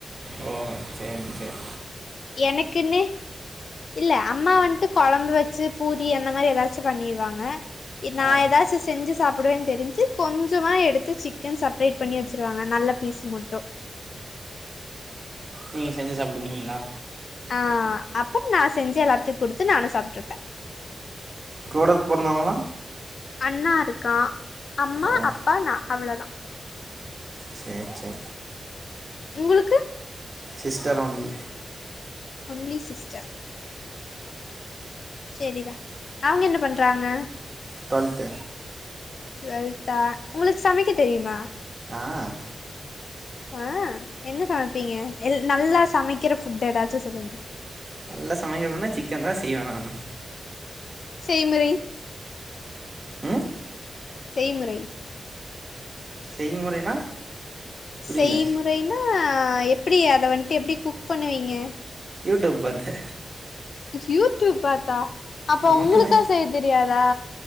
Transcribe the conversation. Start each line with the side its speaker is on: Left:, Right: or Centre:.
Right: ஓ செரி செரி
Left: எனக்குன்னு இல்ல அம்மா வந்துட்டு கொழம்பு வச்சு பூரி அந்த மாதிரி ஏதாச்சும் பண்ணிடுவாங்க நான்
Right: ஆ
Left: ஏதாச்சும் செஞ்சு சாப்பிடுவேன் தெரிஞ்சு கொஞ்சமா எடுத்து சிக்கன் செப்பரேட் பண்ணி வச்சிருவாங்க நல்ல பீஸ் மட்டும்
Right: நீங்க செஞ்சு சாப்டுறீக்கீங்களா
Left: ஆஹ் அப்புறம் நா செஞ்சு எல்லாத்துக்கு குடுத்து நானும் சாப்பிட்டுருப்பேன்
Right: கூட பிறந்தவங்களா
Left: அண்ணா இருக்கான் அம்மா
Right: ஓ
Left: அப்பா நா அவ்ளோதான்
Right: சேரி சேரி
Left: உங்களுக்கு
Right: சிஸ்டர் ஒன்லி
Left: ஒன்லி சிஸ்டர் சேரி டா அவுங்க என்ன பண்றாங்க
Right: டுவெல்த்து
Left: டுவெல்தா உங்களுக்கு சமைக்க தெரியுமா
Right: ஆஹ்
Left: ஆஹ் என்ன சமைப்பீங்க நல்லா சமைக்கிற ஃபுட் ஏதாச்சும் சொல்லுங்க
Right: நல்ல சமைக்கனுனா சிக்கன் தான் செய்வேன் நாலா
Left: செய்முறை
Right: உம்
Left: செய்முறை
Right: செய்முறைனா புரியல
Left: செய்முறைனா எப்படி அத வந்துட்டு எப்படி குக் பண்ணுவீங்க
Right: யூடூப் பாத்து
Left: யூடியூப் பாத்தா அப்ப
Right: நமக்குன்னு
Left: உங்களுக்கா செய்ய தெரியாதா